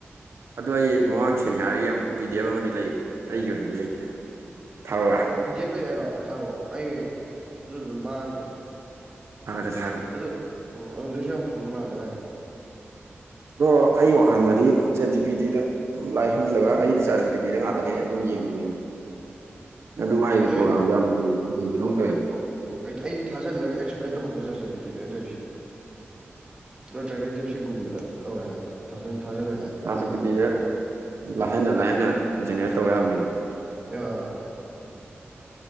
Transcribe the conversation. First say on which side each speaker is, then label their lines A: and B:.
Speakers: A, on the right (about 70°); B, on the right (about 20°).
A: ꯑꯗꯣ ꯑꯩ ꯃꯃꯥꯡ ꯁꯅꯤ ꯍꯥꯏꯔꯒꯤ ꯄꯤ ꯗꯤ ꯑꯦꯐ ꯑꯃꯗꯤ ꯂꯩ ꯑꯩꯒꯤ ꯑꯣꯏꯅꯗꯤ ꯂꯩꯇꯦ ꯊꯥꯔꯋꯦ
B: ꯑꯗꯨ ꯄꯤ ꯗꯤ ꯑꯦꯐ ꯂꯩ ꯍꯥꯏꯔꯣ ꯆꯥꯔꯛꯑꯣ ꯑꯩ ꯑꯗꯨꯗꯨꯗ ꯃꯥꯡꯈ꯭ꯔꯦ
A: ꯊꯥꫪꯛꯀ‌ꯦ ꯊꫪꯛꯀ‌ꯦ
B: ꯑꯗꯨ ꯎ ꯑꯗꯨꯗꯩꯁꯨ ꯌꯥꯝ ꯍꯪ ꯃꯥꯜꯂꯦ ꯍ
A: ꯑ ꯑꯩ ꯋꯥꯈꯜꯗꯗꯤ ꯆꯦ ꯖꯤ ꯄꯤꯗꯤꯗ ꯑꯗꯨꯝ ꯂꯥꯏꯍꯜꯂꯒ ꯑꯩꯗꯤ ꯆꯥꯗꯦ ꯄꯤꯗꯤꯗ ꯉꯥꯛꯇꯅꯦ ꯑꯩ ꯑꯗꯨꯝ ꯌꯦꯡꯕ ꯌꯦꯡꯉꯤ ꯑꯗꯨ ꯃꯒꯤꯗꯤ
B: ꯑꯩ
A: ꯄ꯭ꯔꯣꯒꯥꯝꯗꯣ ꯌꯥꯝ ꯂꯨꯕꯗꯧ ꯇꯧꯋꯦꯕꯀꯣ
B: ꯎꯝ ꯑꯩꯗꯤ ꯊꯥꯖꯤꯜꯂꯒ ꯑꯦꯛꯁꯄ꯭ꯂꯦꯟ ꯇꯧꯍꯟꯕ ꯆꯠꯁ ꯕꯤꯇꯤꯗꯣꯏ ꯇꯧꯔꯤꯁꯤ ꯅꯠꯇ꯭ꯔꯒ ꯗꯤꯞꯁꯤꯒꯨꯝꯕꯗ ꯇꯧꯔꯦꯅ ꯊꯥꯟ ꯊꯥꯖꯤꯜꯂꯦꯅ ꯑꯗꯨꯗꯨꯒ
A: <unintelligible> ꯄꯤꯗꯤ
B: ꯇꯧ
A: ꯂꯥꯏꯍꯟꯅ ꯂꯥꯏꯍꯟꯅ ꯖꯦꯅꯦꯔꯦꯠ ꯇꯧꯕ ꯌꯥꯕꯅꯦꯕ
B: <unintelligible>